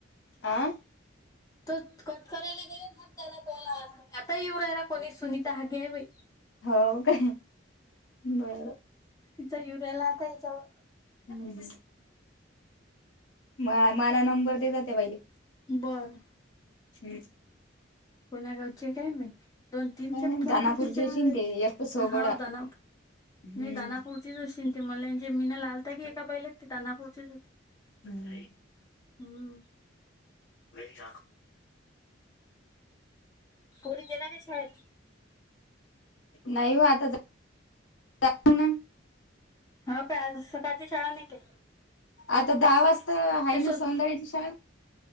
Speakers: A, on the left; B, on the left.
A: आं..
B: इनऑडिबल <unintelligible> तो कट करायला गेले हाच झाला कॉल आताय येऊ राहिला बाई कोणी सुनीता हागे आहे बाई.
A: हव काय. बरं.
B: तिचा येऊरायला आता याच्यावर.
A: हम्म, हम्म. म मला नंबर देजा त्या बाईले.
B: बरं.
A: हम्म.
B: कोण्या गावची आहे काय माहित? दोन, तीन
A: हम्म
B: खेप फोन
A: दानापूरचे
B: आले तिचा मले
A: अशीन ते एक तर सोगोडा
B: हाव दानाप
A: हम्म
B: म, दानापूर. तिचं आशीन ती मला म्हणजे मीन लालता की एका बाईले ती दानापूरचीच होती.
A: हम्म.
B: हम्म.
A: वशा <unintelligible>
B: पोरी देणारेच मायेत.
A: नाही हो आता जाऊ ना
B: हाव काय आज सकाळची शाळा नाही काय?
A: आता दहा वाजता आहे
B: ते सोन
A: ना सौंदर्यची शाळा.